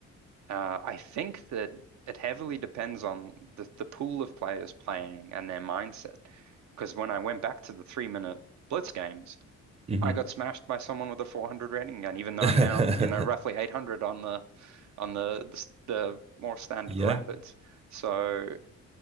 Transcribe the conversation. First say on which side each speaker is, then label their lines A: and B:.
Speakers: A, on the right; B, on the right.
A: uh, I think that it heavily depends on the, the pool of players playing and their mindset. Because when I went back to the three minute blitz games,
B: hmm
A: I got smashed by someone with a 400 rating gun, even though
B: <laughs>
A: I'm now, you know, roughly 800 on the on the the, the more standard
B: Yeah.
A: rapids. So,